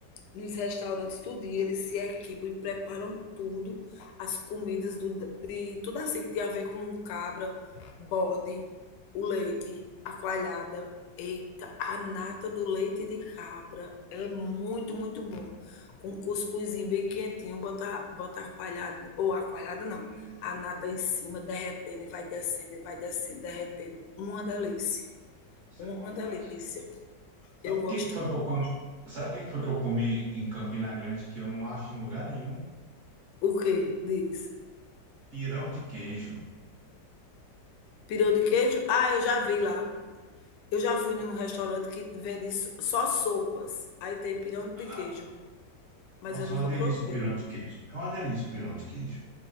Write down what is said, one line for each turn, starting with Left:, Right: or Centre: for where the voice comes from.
Left: nos restaurantes tudinho, eles se equipam e preparam tudo, as comidas do de tudo assim que tem a ver com cabra, bode, o leite, a coalhada. Eita, a nata do leite de cabra é muito, muito bom. Com cuscuzinho bem quentinho, botar botar a coalhada, ou a coalhada não,
Right: Hum,
Left: a nata em cima, derretendo e vai descendo, e vai descendo, derretendo. Uma delícia,
Right: Isso
Left: uma
Right: é bom demais.
Left: delícia. Eu
Right: Sabe o
Left: gosto.
Right: que que foi que eu comi? Sabe o que que foi que eu comi em Campina Grande que eu não acho em lugar nenhum?
Left: O que diz?
Right: Pirão de queijo.
Left: Pirão de queijo? Ah, eu já vi lá. Eu já fui num restaurante que vende só sopas. Aí tem pirão de
Right: Aham.
Left: queijo, mas
Right: Nossa,
Left: eu nunca
Right: é uma delícia
Left: provei.
Right: o pirão de queijo. É uma delícia o pirão de queijo.